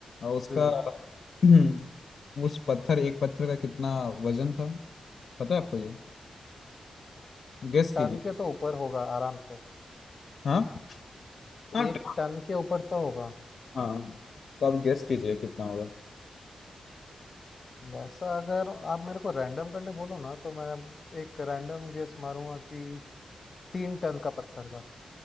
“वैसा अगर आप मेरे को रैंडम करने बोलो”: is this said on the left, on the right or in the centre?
Left